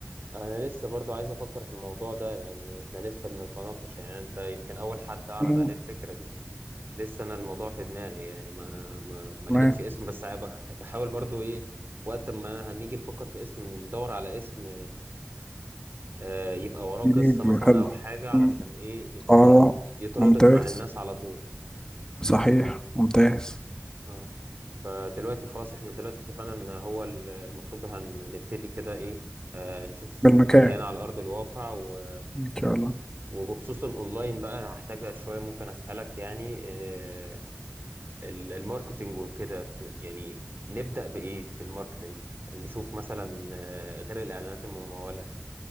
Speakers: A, on the right (about 55°); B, on the left (about 15°).
A: انا لسه برضو عايز افكر في الموضوع ده يعني احنا لسه بنتناقش يعني انت يمكن اول حد عرض
B: مم.
A: عليه الفكرة دي لسه انا الموضوع في دماغي يعني ما ما, ما
B: تمام
A: لقيتش اسم بس هبقى- بحاول برضو ايه وقت ما هنيجي نفكر في اسم ندور على اسم آه، يبقى وراه
B: جديد
A: قصة مثلا
B: وحلو
A: او حاجة علشان
B: مم.
A: ايه
B: اه
A: ي- يتربط
B: ممتاز
A: مع الناس على طول
B: صحيح ممتاز
A: اه فدلوقتي خلاص احنا دلوقتي اتفقنا ان هو ال- المفروض هن- هنبتدي كده ايه آه نشوف
B: بالمكان
A: مكان على ارض الواقع و-
B: ان شاء الله
A: وبخصوص الاونلاين بقى هحتاج شوية ممكن اسألك يعني آه، ال- الماركتينج وكده ت- يعني نبدأ بإيه في الماركتينج نشوف مثلا آه، غير الإعلانات الممولة